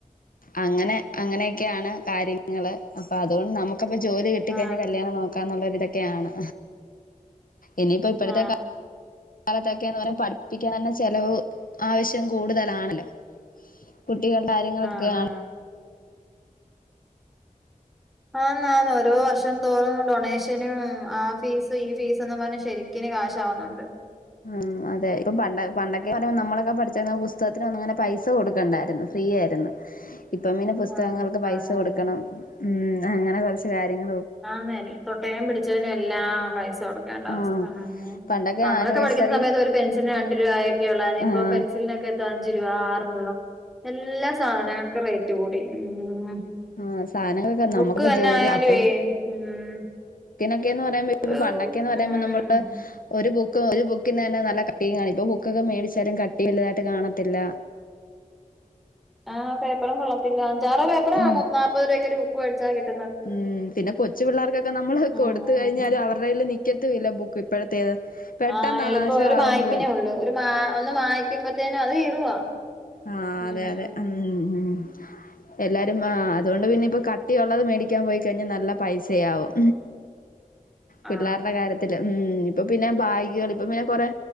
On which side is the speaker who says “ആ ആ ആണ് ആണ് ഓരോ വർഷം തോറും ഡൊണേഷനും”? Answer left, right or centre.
Centre